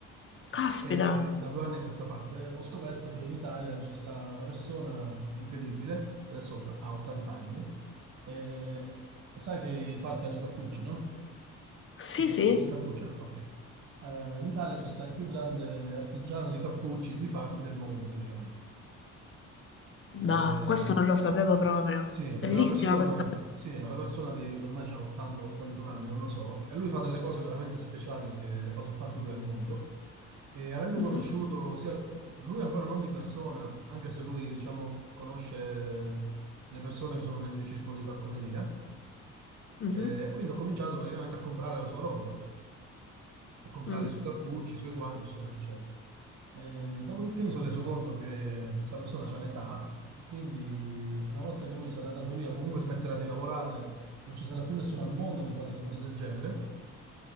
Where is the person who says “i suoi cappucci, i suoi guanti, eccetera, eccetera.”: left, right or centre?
Right